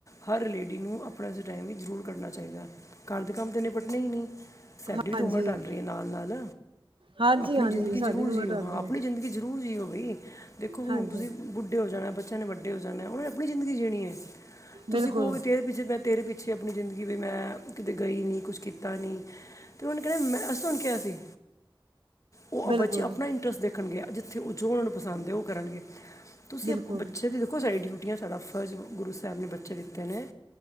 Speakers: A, on the left; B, on the right.
A: ਹਰ ਲੇਡੀ ਨੂੰ ਆਪਣੇ ਆਸਤੇ ਟਾਈਮ ਵੀ ਜ਼ਰੂਰ ਕੱਢਣਾ ਚਾਈਦਾ, ਘਰ ਦੇ ਕੰਮ ਤੇ ਨਿਪੜਦੇ ਈ ਨਈਂ। ਸੈਡੀ
B: ਹਾਂਜੀ
A: ਵੀ ਤੇ ਉਮਰ ਟੱਲ ਰੀ ਐ ਨਾਲ-ਨਾਲ।
B: ਹਾਂਜੀ
A: ਆਪਣੀ
B: ਹਾਂਜੀ
A: ਜ਼ਿੰਦਗੀ
B: ਸਾਡੀ
A: ਜ਼ਰੂਰ
B: ਵੀ
A: ਜੀਓ
B: ਉਮਰ ਟਲ
A: ਹਾਂ,
B: ਰਹੀ
A: ਆਪਣੀ ਜ਼ਿੰਦਗੀ ਜ਼ਰੂਰ ਜੀਓ ਬਾਈ। ਦੇਖੋ, ਹੁਣ
B: ਹਾਂਜੀ
A: ਤੁਸੀਂ ਬੁੱਢੇ ਹੋ ਜਾਣਾ, ਬੱਚਿਆਂ ਨੇ ਵੱਡੇ ਹੋ ਜਾਣੇ, ਉਹਨੇ ਆਪਣੀ ਜ਼ਿੰਦਗੀ ਜੀਣੀ ਹੈ।
B: ਬਿਲਕੁਲ
A: ਤੁਸੀਂ ਕਹੋਗੇ, ਤੇਰੇ ਪਿੱਛੇ ਮੈਂ ਤੇਰੇ ਪਿੱਛੇ ਆਪਣੀ ਜ਼ਿੰਦਗੀ ਵੀ ਮੈਂ ਕਿਤੇ ਗਈ ਨਹੀਂ ਕੁਛ ਕੀਤਾ ਨਹੀਂ। ਅਤੇ ਉਹਨੇ ਕਿਹਾ ਮੈਂ ਅਸੀੇ ਕਿਹਾ ਸੀ ਉਹ
B: ਬਿਲਕੁਲ
A: ਬੱਚੇ ਆਪਣਾ ਇੰਟਰਸਟ ਦੇਖ ਰਖਣਗੇ, ਜਿੱਥੇ ਉਹ ਜੋ ਉਹਨਾਂ ਨੂੰ ਪਸੰਦ ਹੈ, ਉਹ ਕਰਨਗੇ ਤੁਸੀਂ
B: ਬਿਲਕੁਲ
A: ਬੱਚੇ ਦੀ ਦੇਖੋ, ਸਾਡੀਆਂ ਡਿਊਟੀਆਂ ਸਾਡਾ ਫਰਜ਼ ਗੁਰੂ ਸਾਹਿਬ ਨੇ ਬੱਚੇ ਦਿੱਤੇ ਨੇ।